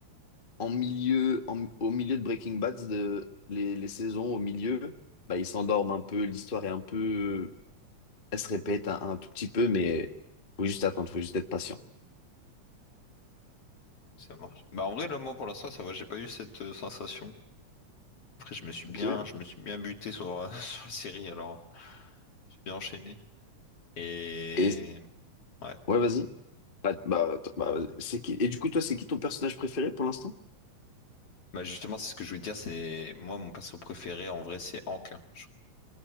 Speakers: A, on the left; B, on the left.
A: en milieu en- au milieu de Breaking Bad de- les, les saisons au milieu bah ils s'endorment un peu l'histoire est un peu elle se répète un, un tout petit peu mais faut juste attendre faut juste être patient
B: ça marche. Bah, en vrai, là, moi, pour l'instant, ça va, j'ai pas eu cette euh, sensation. Après, je me suis bien,
A: ok
B: je me suis bien buté sur, euh, <laughs> sur la série, alors j'ai bien enchaîné. Et
A: et
B: ouais,
A: ouais vas-y bah, bah, attends, bah, vas-y. c'est qui et du coup toi c'est qui ton personnage préféré pour l'instant
B: bah justement, c'est ce que je voulais dire, c'est moi, mon perso préféré, en vrai, c'est Hank. hein. Je- trouve